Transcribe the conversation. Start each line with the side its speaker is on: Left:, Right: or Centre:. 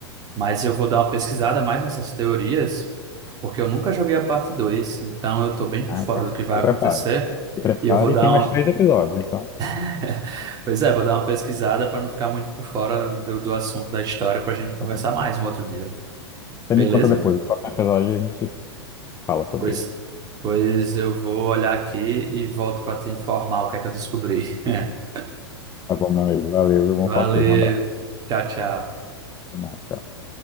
Right: Mas eu vou dar uma pesquisada mais nessas teorias, porque eu nunca joguei a parte 2, Então eu tô bem por
Left: Ah,
Right: fora
Left: então,
Right: do que vai
Left: se prepare.
Right: acontecer.
Left: Se prepare.
Right: E eu vou dar
Left: E tem
Right: uma
Left: mais três episódios, então.
Right: <laughs> Pois é, vou dar uma pesquisada para não ficar muito por fora do, do assunto da história para a gente conversar
Left: pronto.
Right: mais um outro dia.
Left: Você
Right: Beleza?
Left: me conta depois. No próximo episódio a gente fala sobre
Right: Pois,
Left: ele.
Right: pois eu vou olhar aqui e volto para te informar o que é que eu descobri. <laughs>
Left: Tá bom, meu amigo. Valeu, viu? Bom
Right: Valeu.
Left: falar contigo. Um abraço.
Right: Tchau, tchau.
Left: Até mais. Tchau.